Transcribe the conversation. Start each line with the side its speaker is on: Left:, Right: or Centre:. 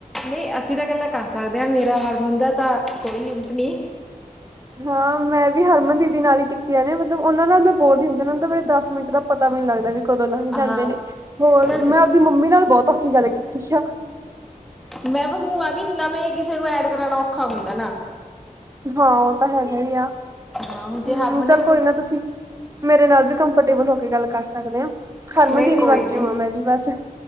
Centre: ਨਹੀਂ ਅਸੀਂ ਤਾਂ ਗੱਲਾ ਕਰ ਸਕਦੇ ਹਾਂ ਮੇਰਾ ਹਰਮਨ ਦਾ ਤਾਂ ਕੋਈ ਲਿਮਟ ਨਹੀਂ।
Right: ਹਾਂ ਮੈਂ ਵੀ ਹਰਮਨ ਦੀ ਦੀਦੀ ਨਾਲ ਹੀ ਕੀਤੀਆਂ ਨੇ, ਮਤਲਬ ਉਹਨਾਂ ਨਾਲ ਮੈਂ ਬੋਰ ਨੀ ਹੁੰਦੀ, ਉਹਨਾਂ ਨੂੰ ਤਾਂ ਮੇਰੇ ਦਸ ਮਿੰਟ ਦਾ ਪਤਾ ਵੀ ਨੀ ਲੱਗਦਾ ਵੀ ਕਦੋਂ ਲੰਘ ਜਾਂਦੇ
Centre: ਹਾਂ
Right: ਨੇ ਹੋਰ
Centre: ਪਰ
Right: ਮੈਂ ਆਪਦੀ ਮੰਮੀ ਨਾਲ ਬਹੁਤ ਔਖੀ ਗੱਲ ਕੀਤੀ ਆ ਛਾ
Centre: ਮੈਂ ਬਸ ਨੂੰ ਆ ਵੀ ਨਵੇਂ ਕਿਸੇ ਨੂੰ ਐਡ ਕਰਾਣਾ ਔਖਾ ਹੁੰਦਾ ਨਾ।
Right: ਹਾਂ ਉਹ ਤਾਂ ਹੈਗਾ ਈ ਆ,
Centre: ਹਾਂ ਹੁਣ ਜੇ
Right: ਹੂੰ
Centre: ਹਰਮਨ
Right: ਚੱਲ
Centre: ਨੇ ਮੈਨੂੰ
Right: ਕੋਈ ਨਾ ਤੁਸੀਂ ਮੇਰੇ ਨਾਲ ਵੀ ਕੰਫਰਟੇਬਲ ਹੋ ਕੇ ਗੱਲ ਕਰ ਸਕਦੇ ਓ। ਹਰਮਨ
Centre: ਨਹੀਂ
Right: ਦੀਦੀ
Centre: ਕੋਈ
Right: ਵਰਗੀ
Centre: ਨੀ
Right: ਹੋਵਾ ਮੈਂ ਵੀ ਬਸ।